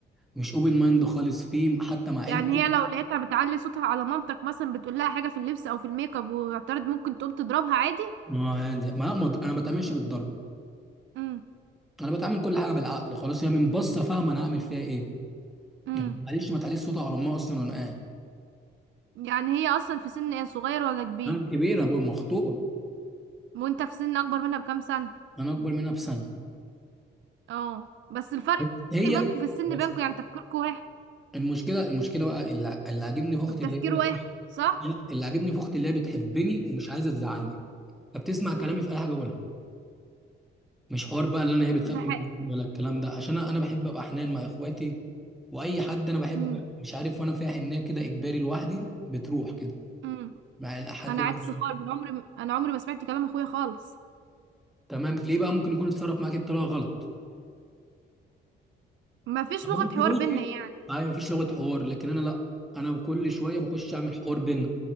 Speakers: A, in the centre; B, on the right (about 70°).
A: مش اوبن مايند خالص فيه حتى مع عيلتي
B: يعني هي لو لقيتها بتعلي صوتها على مامتك مثلا بتقول لها حاجة في اللبس او في الميك اب واعترض ممكن تقوم تضربها عادي
A: ما يعني ما ما- انا ما بتعاملش بالضرب
B: امم
A: انا بتعامل كل حاجه بالعقل خلاص هي من بصه فاهمه انا هعمل فيها ايه
B: امم
A: يعني معلش ما تعليش صوتها على امها اصلا وانا قاعد
B: يعني هي اصلا في سن ايه صغير ولا كبير
A: انا كبيره أبويا مخطوبه
B: وانت في سن اكبر منها بكام سنة
A: انا اكبر منها بسنه
B: اه بس الفرق
A: بس هي
B: بينكم في السن
A: بس
B: بينكم يعني تفكيركم واحد
A: المشكله المشكله بقى اللي اللي عاجبني في اختي
B: التفكير
A: اللي هي
B: واحد صح
A: يعني اللي عاجبني في اختي اللي هي بتحبني ومش عايزه تزعلني فبتسمع كلامي في اي حاجه اقولها مش حوار بقى اللي انا هي بتخاف
B: ده حقيقي
A: مني ولا الكلام ده عشان انا أنا بحب ابقى حنان مع اخواتي واي حد انا بحبه
B: امم
A: بقى- مش عارف وانا فيها حنيه كده اجباري لوحدي بتروح كده
B: امم
A: مع الحد
B: انا
A: اللي
B: عكس
A: أنا-
B: خالص انا عمري انا عمري ما سمعت كلام اخويا خالص
A: تمام ليه بقى ممكن يكون اتصرف معاك بطريقه غلط
B: ما فيش
A: طب
B: لغة
A: ممكن
B: حوار
A: ممكن
B: بينا يعني
A: ايوه مفيش لغه حوار لكن انا لا انا كل شويه بخش اعمل حوار بينا